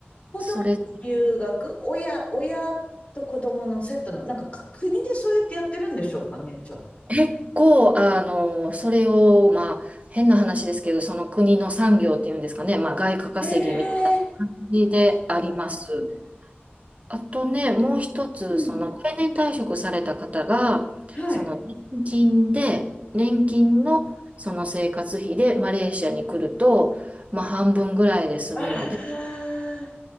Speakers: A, on the left; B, on the right.
A: 子供留学、
B: それ
A: 親、親と子供のセットの、なんかか国でそうやってやってるんでしょうかね、じゃあ。
B: 結構あのそれをまあ変な話ですけどその国の産業っていうんですかね、まあ、外貨稼ぎみたいな感じであります。
A: ええうん。
B: あとねもう一つその定年退職された方がその年金で年金のその生活費でマレーシアに来ると、
A: うんはい。
B: まあ、半分ぐらいで済むので。
A: <laughs> ああ、